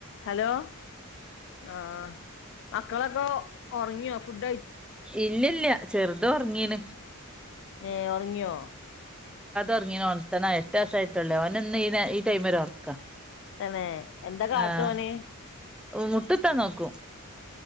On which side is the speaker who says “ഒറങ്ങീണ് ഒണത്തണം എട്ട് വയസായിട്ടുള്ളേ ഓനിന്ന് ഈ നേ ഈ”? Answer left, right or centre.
Centre